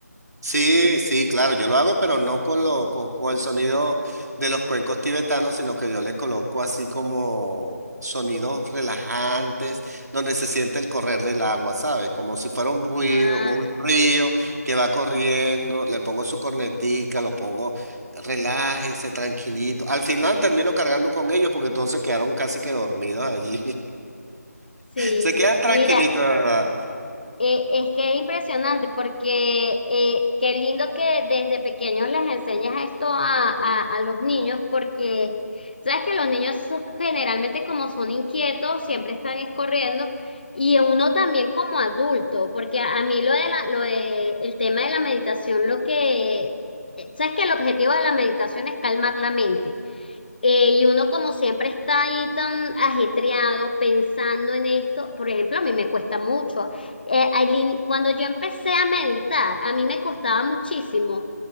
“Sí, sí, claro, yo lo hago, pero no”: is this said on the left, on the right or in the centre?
Right